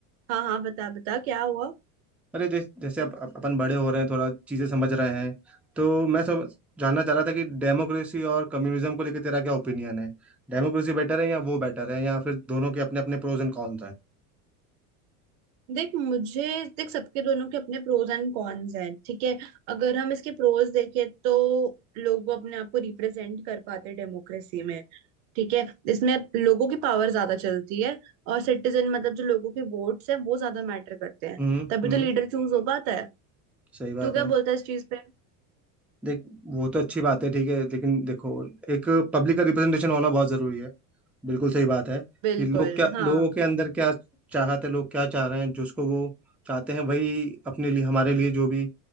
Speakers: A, on the right; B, in the centre.
A: हाँ हाँ बता बता क्या हुआ
B: अरे जैसे जैसे अब अप, अपन बड़े हो रहे हैं थोड़ा चीज़ें समझ रहे हैं तो मैं सब जानना चाह रहा था कि डेमोक्रेसी और कम्युनिज्म को लेकर तेरा क्या ओपिनियन है डेमोक्रेसी बेटर है या वो बेटर है या फिर दोनों के अपने अपने प्रोज एंड कॉन्स हैं
A: देख मुझे देख सबके दोनों के अपने प्रोज एंड कॉन्स हैं ठीक है अगर हम इसके प्रोज देखें तो लोग अपने आप को रिप्रेजेंट कर पाते डेमोक्रेसी में ठीक है इसमें लोगों की पावर ज्यादा चलती है और सिटीजन मतलब जो लोगों के वोट्स हैं वो ज्यादा मैटर करते हैं
B: हम्म
A: तभी
B: हम्म
A: तो लीडर चूज हो पाता है
B: सही बात
A: तू क्या
B: है
A: बोलता है इस चीज पे
B: देख वो तो अच्छी बात है ठीक है लेकिन देखो एक पब्लिक का रिप्रेजेंटेशन होना बहुत जरूरी है बिल्कुल सही बात है
A: बिल्कुल
B: कि लोग क्या
A: हाँ
B: लोगों के अंदर क्या चाहते हैं लोग क्या चाह रहे हैं जिसको वो चाहते हैं वही अपने लिए हमारे लिए जो भी